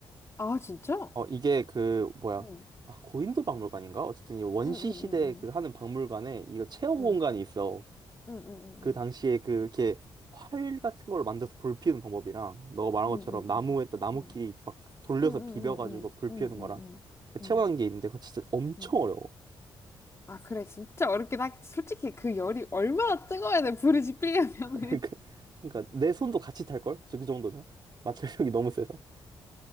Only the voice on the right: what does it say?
어, 이게 그, 뭐야.
아, 고인도 박물관인가? 어쨌든 이 원시
시대
그 하는 박물관에 이거 체험
공간이 있어.
그 당시에 그 이렇게 활 같은 걸 만들어서 불 피우는 방법이랑 너가 말한
것처럼
나무에다
나무끼리
막 돌려서
비벼가지고
불
피우는
거랑
체험한 게 있는데 그거 진짜 엄청
어려워.
<laughs> 그러니까 내 손도 같이 탈 걸? 그 정도면 마찰력이 너무 세서.